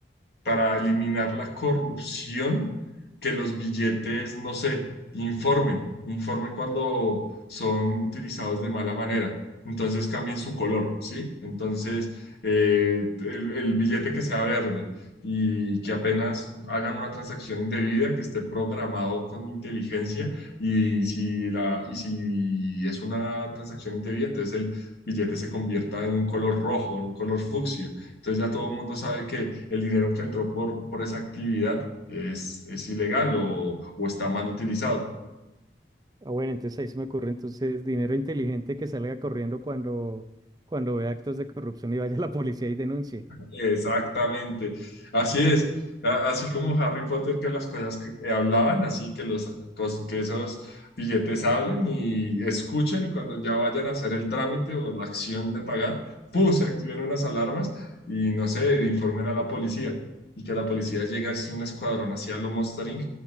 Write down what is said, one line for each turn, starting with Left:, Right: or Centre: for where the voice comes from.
Left: para eliminar la corrupción, que los billetes, no sé, informen, informen cuando son utilizados de mala manera. Entonces cambien su color, ¿sí? Entonces, eh, el, el billete que sea verde y que apenas hagan una transacción indebida, que esté programado con inteligencia y si, la, y si es una transacción indebida, entonces el billete se convierta en un color rojo, en un color fucsia entonces ya todo el mundo sabe que el dinero que entró por, por esa actividad es, es ilegal o, o está mal utilizado.
Right: Ah, bueno, entonces ahí se me ocurre entonces dinero inteligente que salga corriendo cuando, cuando vea actos de corrupción y vaya <laughs> a la policía y denuncie.
Left: Exactamente. Así es. A- Así como Harry Potter, que las cosas que eh, hablaban, así que, los, cos- que esos billetes hablen y escuchen y cuando ya vayan a hacer el trámite o la acción de pagar, ¡pum! se activen unas alarmas y no sé, informen a la policía y que la policía llegue así un escuadrón hacia lo Monster Inc.